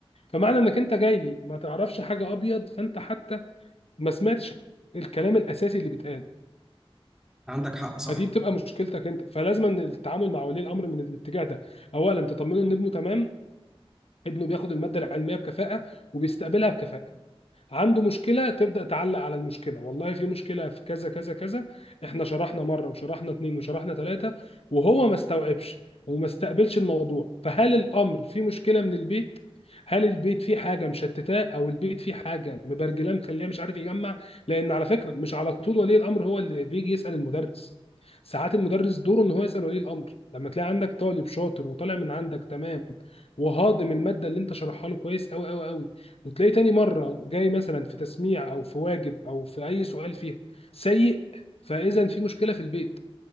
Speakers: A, on the left; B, in the centre.
A: فمعنى انك انت جاي لي ما تعرفش حاجه ابيض فانت حتى ما سمعتش الكلام الاساسي اللي بيتقال
B: عندك حق صح
A: فدي بتبقى مشكلتك انت فلازم ان التعامل مع ولي الامر من الاتجاه ده اولا تطمنه ان ابنه تمام ابنه بياخد الماده العلميه بكفاءه وبيستقبلها بكفاءه عنده مشكلة تبدأ تعلق على المشكلة والله في مشكلة في كذا كذا كذا احنا شرحنا مرة وشرحنا اتنين وشرحنا تلاتة وهو ما استوعبش وما استقبلش الموضوع فهل الأمر في مشكلة من البيت هل البيت فيه حاجة مشتتاه أو البيت فيه حاجة مبرجلاه مخليه مش عارف يجمع لأن على فكرة مش على طول ولي الأمر هو اللي بيجي يسأل المدرس ساعات المدرس دوره ان هو يسأل ولي الأمر لما تلاقي عندك طالب شاطر وطالع من عندك تمام وهاضم المادة اللي انت شرحها له كويس قوي قوي قوي وتلاقيه تاني مرة جاي مثلا في تسميع أو في واجب أو في أي سؤال فيها سيء فإذا في مشكلة في البيت